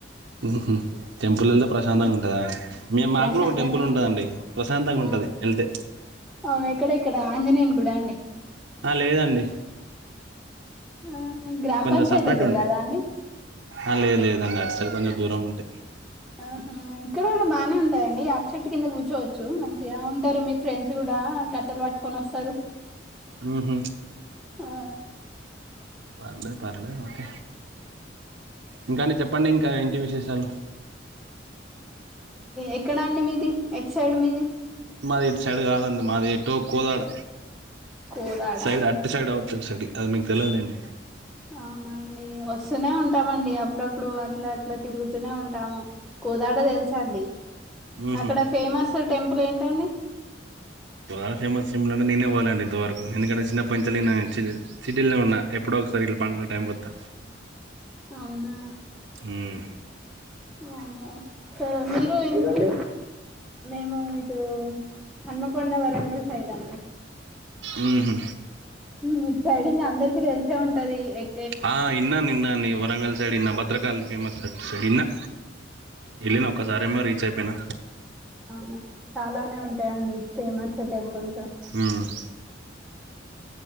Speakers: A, on the right (about 75°); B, in the centre.
A: ఉహుహు టెంపుల్ వెళ్తే
B: ఉమ్
A: ప్రశాంతంగా ఉంటదా. మేం మాకు
B: ప్రశాంతంగానే
A: కూడా ఒక టెంపుల్ ఉంటదండి
B: ఉంటాం
A: ప్రశాంతంగా
B: ఆ
A: ఉంటది ఎళ్తే
B: అవును ఇక్కడ ఇక్కడ ఆంజనేయుని గుడ్డ అండి
A: లేదండి
B: ఆ గ్రామ
A: కొంచెం
B: పంచాయత్
A: సపరేట్
B: దగ్గర
A: ఉంటి
B: కదా అండి
A: ఆ లేదు లేదండి అట్టు సైడ్ కొంచెం దూరం ఉంటాయ్
B: ఆహా ఇక్కడ కూడా బానే ఉంటాయండి. వేప చెట్టు కింద కూర్చో చోచ్చు మంచిగా ఉంటారు. మీ ఫ్రెండ్స్ కూడా కట్టెలు పట్టుకొని వస్తారు.
A: ఉహా
B: ఆ
A: పర్లే పర్లే ఓకే ఇంకాండి చెప్పండి ఇంకా ఏంటి విశేషాలు
B: ఎక్కడా అండి మీది. ఎట్ సైడ్ మీది
A: మాది ఇటు సైడ్ కాదండి. మాది ఎటో కోదాడ
B: కోదాడా
A: సైడ్ అటి సైడ్ అవ్ చూశాడి అది మీకు తెలియదులేండి
B: అవునండి వస్తూనే ఉంటామండి అప్ అప్పుడప్పుడు అట్లా అట్లా తిరుగుతూనే ఉంటాము. కోదాడ తెలుసా అండి
A: ఊహు
B: అక్కడ ఫేమస్ టెంపుల్ ఏంటండి
A: బాగా ఫేమస్ టెంపులంటే నేనే పోలేఅండి తవరకు ఎందుకంటే సిన్నప్పటి నుంచల్లి సిటీలనే ఉన్న ఎప్పుడో ఒకసారి ఇట్ల పంటగలు టైం పోతా
B: అవునా
A: ఉమ్
B: వామ్మో ఓ మీరే <unintelligible> మేము ఇటు హన్మకొండ వరంగల్ సైడ్ అండి
A: ఊహూ
B: మ్ మీకు సైడింగ్ అందరికి తెలిసే ఉంటది ఎగ్
A: ఆ ఇన్నాను ఇన్నాను ఈ వరంగల్ సైడ్ ఇన్నా భద్రకాళి ఫేమస్ అటు సైడ్ ఇన్నా వెళ్ళిన ఒక్కసారేమో రీచ్ అయిపోయినా
B: అవునా చాలానే ఉంటాయండి ఫేమస్ టెంపుల్
A: ఉమ్